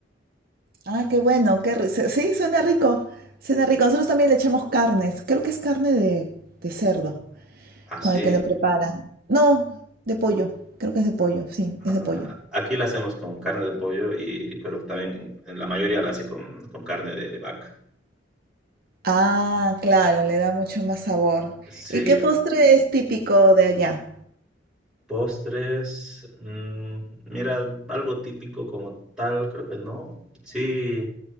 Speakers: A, on the right; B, in the centre.
A: Ah, qué bueno, qué ri- se- Sí, suena rico, suena rico. Nosotros también le echamos carnes, creo que es carne de, de cerdo
B: Así.
A: con el que le preparan. No, de pollo, creo que es de pollo, sí, es
B: Ah,
A: de pollo.
B: aquí la hacemos con carne de pollo, y, pero también la mayoría la hace con, con carne de, de vaca.
A: Ah, claro, le da mucho más sabor.
B: Sí,
A: ¿Y qué postre es típico de allá?
B: postres, mm, mira, algo típico como tal, creo que no. Sí,